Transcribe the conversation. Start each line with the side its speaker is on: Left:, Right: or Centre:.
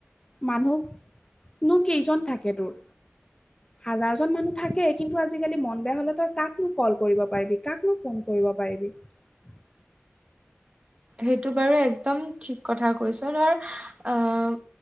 Left: মন নো কেইজন থাকে তোৰ। হাজাৰজন মানুহ থাকে কিন্তু আজিকালি মন বেয়া হলে তই কাকনো কল কৰিব পাৰিবি কাকনো ফোন কৰিব পাৰিবি। পাৰিবি।
Right: সেইটো বাৰু একদম ঠিক কথা কৈছ ধৰ আহ